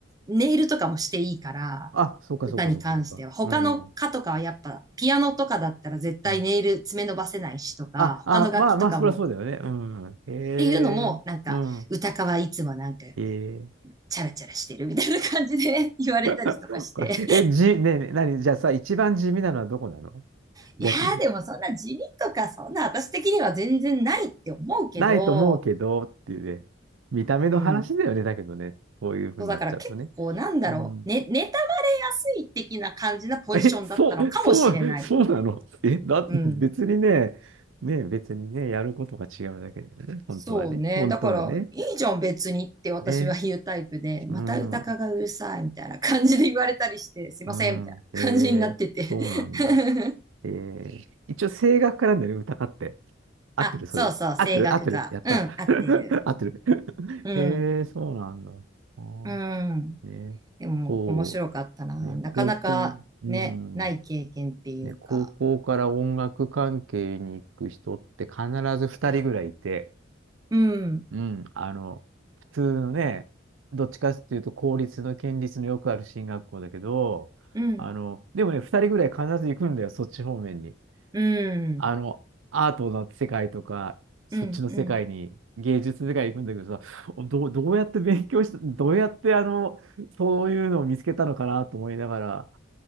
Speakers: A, on the right (about 20°); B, on the right (about 80°).
A: う、ネイルとかもしていいから、
B: あ、そうかそうかそうかそうか。
A: 歌に関しては。他の歌とかはやっぱ、
B: うん。
A: ピアノとかだったら絶対ネイル爪伸ばせないしとか、
B: うん。あ、
A: 他の楽器とかも
B: あ、まあまあ、そりゃそうだよね。うん。へえ。
A: っていうのも、なんか、
B: うん。
A: 歌川いつもなんか、
B: へえ。
A: チャラチャラしてるみたいな感じで <laughs> 言われたりとかして。
B: <laughs> おかしいえ、じ、ねえねえ、何じゃあさ、一番地味なのはどこなの
A: いやーでもそんな地味とかそんな私的には全然ないって思うけど、
B: 逆に。ないと思うけどっていうね。見た目の話だよね。
A: うん。
B: だけどね。そういうふうになっちゃうとね。
A: だから結構こうなんだろう、
B: うん。
A: ね、妬まれやすい的な感じなポジションだったのかもしれない。
B: え、そう、そう、そうなのえ、だって別にね、
A: うん。
B: ね別にね、やることが違うだけだよね。本当はね。
A: そうね。
B: 本当はね。
A: だから、いいじゃん別にって私は言うタイプで、
B: ね。うん。
A: また歌かがうるさいみたいな感じで言われたりして、すいませんみたいな感じになってて
B: うん。えー、そうなんだ。
A: <laughs>
B: えー、一応声楽家なんだよね、歌家って。合ってる、
A: あ、
B: それで。
A: そうそう、
B: 合ってる、
A: 声楽か。
B: 合ってる。やった。
A: うん、合ってる。
B: <laughs> 合ってる。<laughs>
A: うん、
B: えー、そうなんだ。あー
A: うん。
B: ね、
A: でも、
B: そ
A: 面白かったな。
B: う。ね、
A: なかなかね、
B: 高校、うん。
A: ない経験っていうか。
B: ね、高校から音楽関係に行く人って必ず二人ぐらいいて、
A: うん、
B: うん、あの、普通のね、どっちかっていうと、公立の県立のよくある進学校だけど、
A: うん、
B: あの、でもね、2人ぐらい必ず行くんだよ、そっち方面に。
A: うん、
B: あの、アートの世界とか、そっちの世界に、
A: うん、うん。
B: 芸術の世界に行くんだけどさ、ど、どうやって勉強した、どうやってあの、そういうのを見つけたのかなと思いながら、